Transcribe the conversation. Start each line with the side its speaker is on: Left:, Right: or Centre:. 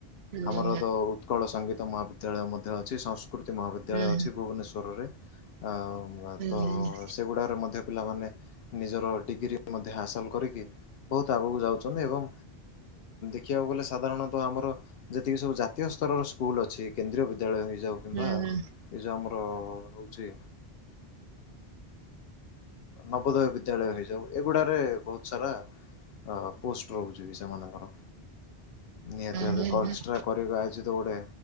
Right: ହୁଁ
Left: ଆମର
Right: ହୁଁ
Left: ତ ଉତ୍କଳ ସଙ୍ଗୀତ ମହାବିଦ୍ୟାଳୟ ମଧ୍ୟ ଅଛି ସଂସ୍କୃତି ମହାବିଦ୍ୟାଳୟ
Right: ହୁଁ ହୁଁ
Left: ଅଛି ଭୁବନେଶ୍ୱରରେ। ଆଉ
Right: ହୁଁ
Left: ତ
Right: ହୁଁ ହୁଁ।
Left: ସେଗୁଡ଼ାରେ ମଧ୍ୟ ପିଲାମାନେ ନିଜର ଡିଗ୍ରୀ ମଧ୍ୟ ହାସଲ କରିକି ବହୁତ ଆଗକୁ ଯାଉଛନ୍ତି ଏବଂ ଶିଖିବାକୁ ଗଲେ ସାଧାରଣତଃ ଆମର ଯେତିକି ସବୁ ଜାତୀୟ ସ୍ତରର ସ୍କୁଲ୍ ଅଛି କେନ୍ଦ୍ରୀୟ ବିଦ୍ୟାଳୟ ହେଇଯାଉ କିମ୍ବା
Right: ହୁଁ ହୁଁ ହୁଁ
Left: ଏ ଯେଉଁ ଆମର ହଉଛି ନବୋଦୟ ବିଦ୍ୟାଳୟ ହେଇଯାଉ ଏଗୁଡ଼ାରେ ବହୁତ ସାରା ଅ ପୋଷ୍ଟ ରହୁଛି ସେମାନଙ୍କର, ନିହାତି ଭାବେ
Right: ହୁଁ
Left: କଷ୍ଟ୍ରା
Right: ହୁଁ
Left: କ ଏ ପ୍ରାୟଶ୍ଚିତ ଗୋଟେ